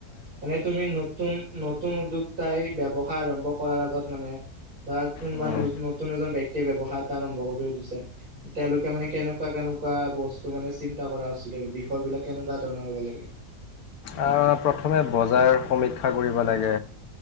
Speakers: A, on the right (about 70°); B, on the left (about 75°).
A: এনে তুমি নতুন নতুন উদ্য তাই ব্য্ৱসায় আৰম্ভ কৰাৰ আগত মানে তাত কোনোবা
B: উম,
A: নতুন এজন ব্য্ক্তিয়ে্ৱসায় এটা আৰম্ভ কৰি উঠিছে তেওঁলোকে মানে কেনেকুৱা কাৰণ কেনেকুৱা বস্তু মানে চিন্তা কৰা উচিত আৰু বিষয়বলাক কেনেকুৱা ধৰণৰব লাগে
B: অ প্ৰথমে বজাৰ সমীক্ষা কৰিব লাগে